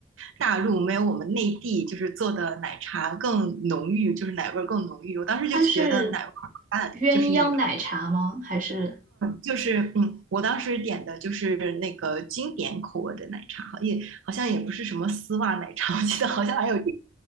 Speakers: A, on the right (about 85°); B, on the right (about 40°).
A: 大陆没有我们内地就是做的奶茶更浓郁，就是奶味儿更浓郁。我当时就觉得奶味儿很淡，
B: 它是鸳鸯奶茶吗？
A: 就是那种。
B: 还是
A: 就是嗯，我当时点的就是那个经典口味的奶茶，好也好像也不是什么丝袜奶茶，我记得好像还有这